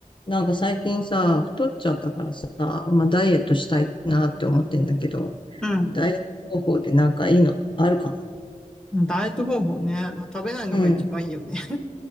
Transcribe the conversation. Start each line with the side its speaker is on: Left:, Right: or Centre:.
Left: なんか最近さ、太っちゃったからさ、まあダイエットしたいなって思ってんだけど、
Centre: うん。
Left: ダイエット方法でなんかいいのあるか
Centre: うん。ダイエット方法ね。まあ、食べないのが一番いいよね。
Left: なうん。ん